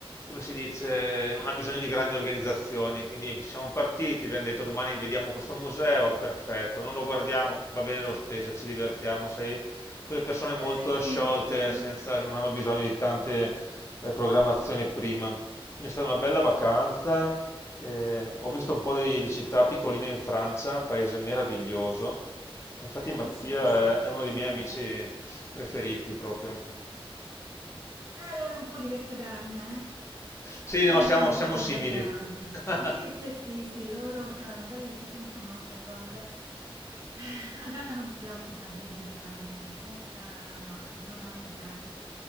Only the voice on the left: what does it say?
come si dice, non ha bisogno di grandi organizzazioni, quindi siamo partiti, abbiamo detto domani vediamo questo museo, perfetto, non lo guardiamo, va bene lo stesso, ci divertiamo, sei quelle persone
molto
sciolte,
senza, che non hanno bisogno di tante eh, programmazione prima. Quindi è stata una bella vacanza.
eh, ho visto un po' di, di città piccoline in Francia, un paese meraviglioso. E Infatti
Mattia
è,
è uno dei miei
amici
preferiti proprio.
Sì,
no, siamo,
siamo
simili.
<laughs>